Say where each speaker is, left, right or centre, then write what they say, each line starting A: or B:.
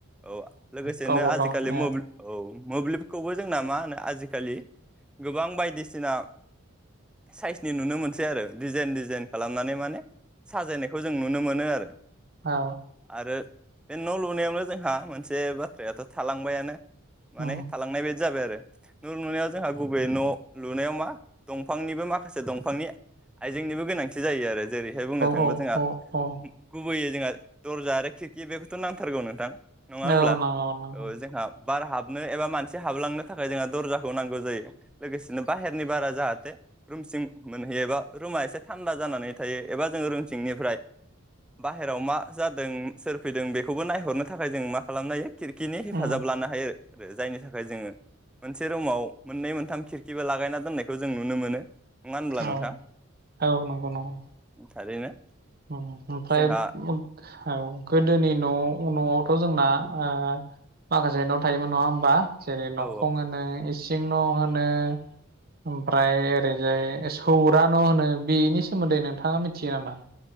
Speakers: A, in the centre; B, on the right (about 45°).
A: औ लोगोसेनो
B: गावबा
A: आजिखालि
B: गावनि
A: मबल
B: औ
A: औ। मोब्लिबखौबो जोंना मा होनो आजिखालि गोबां बाय दिसिना साइसनि नुनो मोनसै आरो डिजाइन डिजाइन खालामनानै माने साजायनायखौ जों नुनो मोनो आरो
B: औ
A: आरो बे न' लुनायावनो जोंहा मोनसे बाथ्रायाथ' थालांबायानो माने
B: औ
A: थालांनाय बायदि जाबाय आरो न' लुनायाव जोंहा बबे न' मा दंफांनिबो माखासे दंफांनि आइजेंनिबो गोनांथि जायो आरो जेरैहाय बुंनो थाङोबा
B: औ
A: जोंहा
B: औ औ
A: गु बैयो जोंहा दरजा आरो खेरखि बेखौथ' नांथारगौ नोंथां। नङा
B: औ
A: होमब्ला
B: नंगौ नंगौ।
A: औ जोंहा बार हाबनो एबा मानसि हाबलांनो थाखाय जोंहा दरजाखौ नांगौ जायो लोगोसे बिदिनो बाहेरनि बारा जाहाथे रुमसिं मोनहैयोबा रुमा एसे थान्दा जानानै थायो एबा जोङो रुमसिंनिफ्राय बाहेरायाव मा जादों सोर फैदों बेखौबो नायहरनो थाखाय जों मा खालामनो हायो खिरखिनि हेफाजाब
B: औ
A: लानो हायो आरो जायनि थाखाय जोङो मोनसे रुमाव मोननै मोनथाम खिर लागायना दोननायखौ जों नुनो मोनो। नङा होनब्ला नोंथां
B: औ औ नंगौ नंगौ।
A: थारैनो
B: ओम ओमफ्राय
A: जोंहा
B: औ गोदोनि न नआव थ' जोंना ओ माखासे न' थायोमोन नङा होमबा? जेरै नखं
A: औ
B: होनो इ सिं न' होनो ओमफ्राय ओरैजाय सौरा न' होनो बेनि सोमोन्दै नोंथाङा मिथियो नामा?